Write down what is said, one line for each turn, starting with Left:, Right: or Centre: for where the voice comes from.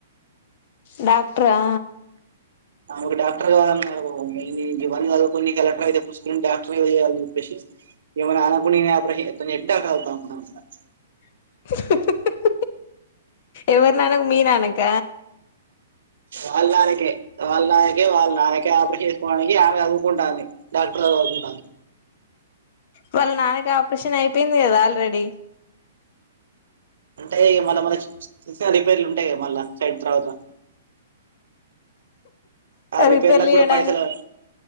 Left: డాక్ట్రా
Right: ఆమెకు డాక్టర్ కావ్వాలన్నారు. ఇవ్వన్నీ చదువుకొని కలెక్టర్ అయితే పుస్కున డాక్టర్ చేయాలం జేప్పేసి ఈమేనానకుడా నేనే ఆపరేషన్ చేత్తా <unintelligible>
Left: <unintelligible> ఎవరి నానకు మీ నానక
Right: వాళ్ళ నానకే వాళ్ళ నాయకే వాళ్ళ నానకే ఆపరేషన్ చేస్కోడానికి ఆమె చదువుకుంటాందీ డాక్టర్. చదువుకుంటాంద్
Left: వాళ్ళ నాన్నకి ఆపరేషన్ అయిపేయింది కదా ఆల్రెడీ.
Right: ఉంటయి మళ్ళ మల <unintelligible> రిపేర్లు ఉంటయి మళ్ళా సైడ్ తర్వత ఆ రిపేర్లకు
Left: రిపేర్లు
Right: గూడా
Left: చేయడానికి
Right: పైసలు